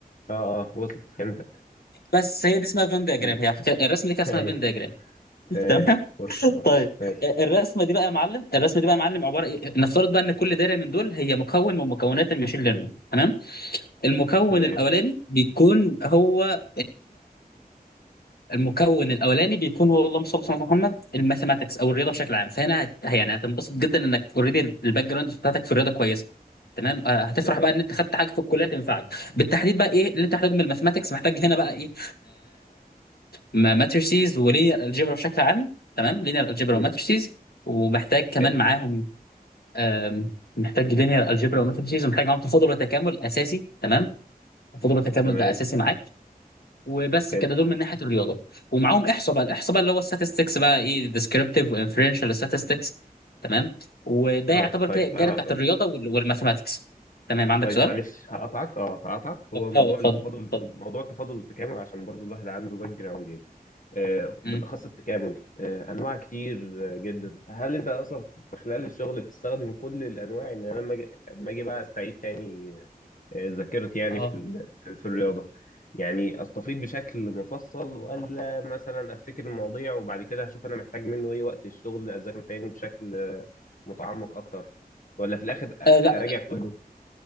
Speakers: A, on the left; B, on the left.
A: اه اه وصلت فهمتك
B: بس هي دي اسمها فين دياجرام
A: مم.
B: هي على فكرة الرسمه
A: <laughs>
B: دي كان اسمها
A: ايوه
B: فين دياجرام <laughs>
A: تمام
B: تمام
A: وصلت اه
B: طيب
A: ماشي
B: الرسمه دي بقى يا معلم الرسمه دي بقى يا معلم عباره إيه؟ نفترض بقى ان كل دايره من دول هي مكون من مكونات المشين ليرنينج تمام المكون
A: تمام
B: الاولاني بيكون هو المكون الاولاني بيكون هو اللهم صل على محمد الماثيماتكس او الرياضه بشكل عام فهنا هت... يعني هتنبسط جدا انك اوريدي الباك جراوند بتاعتك في الرياضه كويسه تمام آه، هتفرح
A: تمام
B: بقى ان انت خدت حاجه في الكليه تنفعك بالتحديد بقى ايه اللي انت محتاجه من الماثيماتكس محتاج هنا بقى ايه ماتريسيز ولينير الجبر بشكل عام تمام لينير الجبر
A: مم.
B: وماتريسيز ومحتاج كمان
A: حلو
B: معاهم آم، محتاج لينير الجبر وماتريسيز ومحتاج معاهم تفاضل وتكامل اساسي تمام تفاضل وتكامل
A: تمام
B: ده اساسي معاك وبس
A: حلو
B: كده دول من ناحيه الرياضه ومعاهم احصاء بقى الاحصاء بقى اللي هو الستاتستكس بقى ايه ديسكريبتيف وانفرنشال statistics تمام وده
A: اه
B: يعتبر
A: طيب
B: كده الدايره
A: أنا...
B: بتاعت الرياضه وال- والماثماتكس تمام عندك
A: طيب
B: سؤال؟
A: معلش هقطعك اه هقطعك هو موضوع
B: اه اتفضل
A: التفاضل
B: اتفضل
A: موضوع التفاضل والتكامل عشان برضو الواحد عنده باك جراوند يعني آه
B: مم.
A: بالاخص التكامل آه انواع كتير آه، جدا فهل انت اصلا في خلال الشغل بتستخدم كل الانواع ان انا لما اجي لما أجي بقى استعيد تاني آه، ذاكرتي يعني
B: اه
A: في ال... في في الرياضه يعني استفيض بشكل مفصل ولا مثلا افتكر المواضيع وبعد كده هشوف انا محتاج منه ايه وقت الشغل اذاكره تاني بشكل متعمق اكتر ولا في الاخر اراجع
B: آه، لا
A: كله